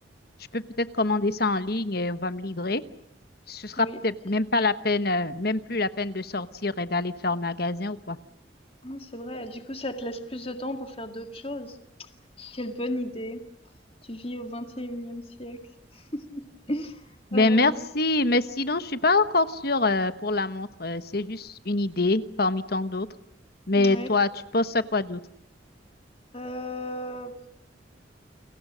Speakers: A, on the left (about 55°); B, on the left (about 30°).
A: je peux peut-être commander ça en ligne et on va me livrer. ce sera
B: Oui,
A: peut-être même pas la peine, euh, même plus la peine de sortir et d'aller faire magasin ou quoi.
B: Hum, c'est vrai. Du coup, ça te laisse plus de temps pour faire d'autres choses. Quelle bonne idée. Tu vis au 21e siècle. <laughs>
A: Ben
B: Euh,
A: merci, mais sinon je suis pas encore sûre euh, pour la montre. euh, c'est juste une idée parmi tant d'autres. Mais
B: ouais.
A: toi, tu penses à quoi d'autre?
B: Euh,